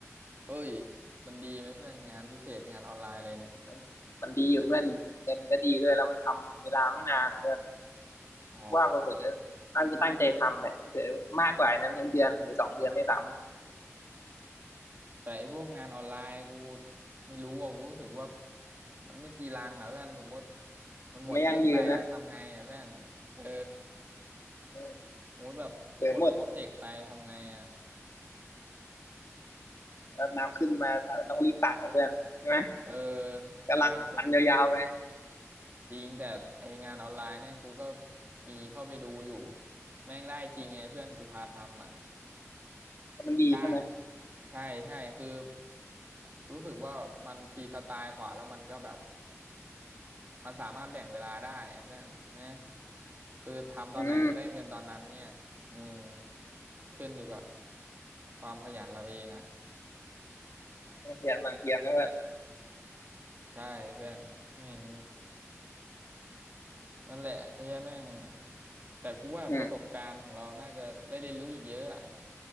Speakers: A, on the right (about 40°); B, on the left (about 65°).
A: เอ้ยมันดีไหมเพื่อนงานพิเศษงานออนไลน์อะไรเนี่ย
B: มันมันดีอยู่เพื่อนเงินก็ดีด้วยแล้วมันทำเวลาไม่นานเพื่อน
A: อ๋อ
B: กูว่าเผื่อตั้งกูตั้งใจทำเนี่ยเผื่อมากกว่านั้นทั้งเดือนหรือสองเดือนได้สำ
A: แต่ไอ้พวกงานออนไลน์กูไม่รู้อ่ะกูรู้สึกว่ามันไม่จีรังอ่ะเพื่อนสมมติมันหมดสิ้นไปแล้วทำไงอ่ะเพื่อนเออ
B: ไม่ยั่งยืนนะอืม
A: สมมติแบบหมดโปรเจกต์ไปทำไงอ่ะ
B: เผื่อหมดแล้วน้ำขึ้นมาอาจจะต้องรีบตักกับเพื่อนใช่ไหม
A: เออ
B: กำลังปันยาวๆไป
A: ใช่เพื่อนจริงแต่ไองานออนไลน์เนี่ยกูก็มีเข้าไปดูอยู่แม่งได้จริงไงเพื่อนกูพาทำอ่ะ
B: ก็มันดีใช่ไหม
A: ได้ใช่ใช่คือรู้สึกว่ามันฟรีสไตล์กว่าแล้วมันก็แบบมันสามารถแบ่งเวลาได้อะเพื่อนฮะคือทำตอนไหนก็ได้เงินตอนนั้นเนี่ยอืม
B: อืม
A: ขึ้นอยู่กับความขยันเราเองอ่ะ
B: ต้องเพียรมันเพียรนะเพื่อน
A: ใช่เพื่อนอืม นั่นแหละไอ้เหี้ยแม่งแต่กูว่าประสบการณ์ของเราน่าจะได้เรียนรู้อีกเยอะอ่ะ
B: อืม